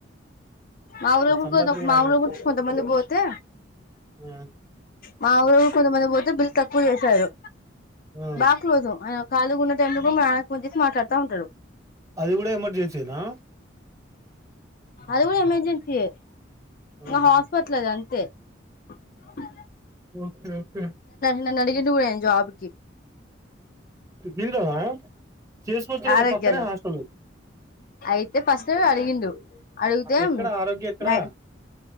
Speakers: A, on the left; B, on the right.
A: మాఊర్ల కూడ
B: సంబాద్రి
A: కొ
B: కూడా
A: మా
B: అడుగు
A: ఊర్ల కొందమంది పోతే
B: ఆ
A: మా ఊరు కొంతమంది పోతే బిల్ తక్కువ చేశారు.
B: ఆ
A: బాక్లోజు అయినా కాలిగ ఉన్న టైంలో కూడా మ నాన్నకు ఫోన్ చేసి మాట్లాడుతా ఉంటడు.
B: అది కూడా ఎమర్జెన్సీనా
A: అది కూడా ఎమర్జెన్సీయే
B: ఆహా
A: నా హాస్పిటల్ అది అంతే. ఆ
B: ఓకే ఓకే
A: నన్ను అడిగిండు కూడా ఆయన జాబ్కి
B: దీనిలోన చేసుకోవచ్చు కదా
A: ఆరోగ్యలో
B: పక్కనే హాస్టల్.
A: అయితే ఫస్ట్ అడిగిండు అడిగితే
B: ఎక్కడ ఆరోగ్యా ఎక్కడ?
A: నై